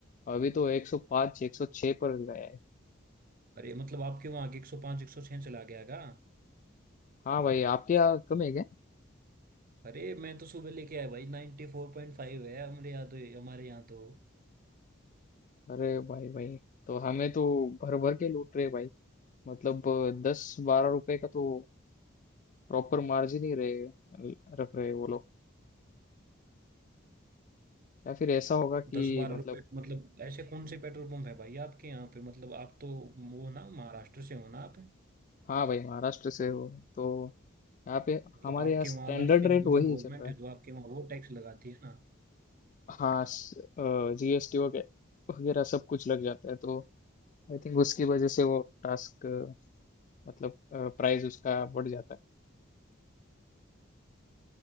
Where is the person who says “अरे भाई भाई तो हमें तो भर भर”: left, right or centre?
Left